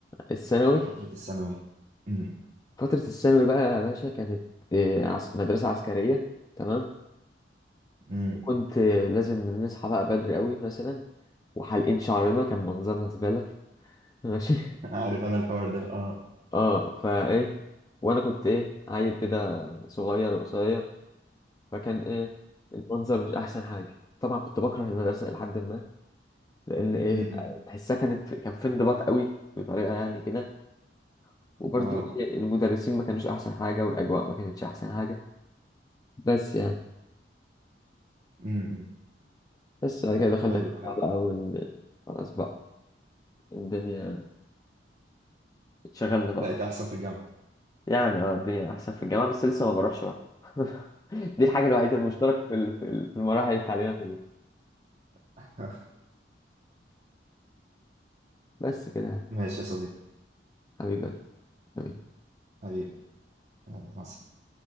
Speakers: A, on the left; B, on the right.
A: الثانوي
B: فترة الثانوي مم.
A: فترة الثانوي بقى يا باشا كانت آه، عس- مدرسة عسكرية تمام
B: مم.
A: وكنت آه، لازم نصحى بقى بدري قوي مثلا وحالقين شعرنا كان منظرنا زبالة <laughs> ماشي
B: عارف انا الحوار ده اه
A: اه فايه وانا كنت ايه عيل كده صغير وقصير فكان ايه المنظر مش احسن حاجه طبعا كنت بكره المدرسه الى حد ما لان ايه
B: مم.
A: تحسها كانت كان في انضباط قوي بطريقه يعني كده وبرضو
B: اه
A: إيه، المدرسين ما كانوش احسن حاجه والاجواء ما كانتش احسن حاجه بس يعني
B: مم.
A: بس بعد كده دخلنا
B: حلو
A: الجامعه
B: حلو
A: بقى ون خلاص بقى الدنيا اتشغلنا بقى
B: بقيت احسن في الجامعة
A: يعني اه الدنيا احسن في الجامعه بس لسه ما بروحش برضه <laughs> دي الحاجه الوحيده المشتركه في ال- في ال- في المراحل التعليميه كلها
B: <laughs>
A: بس كده يا
B: ماشي يا صديقي
A: حبيبي حبيبي
B: حبيبي يلا، مع السلامة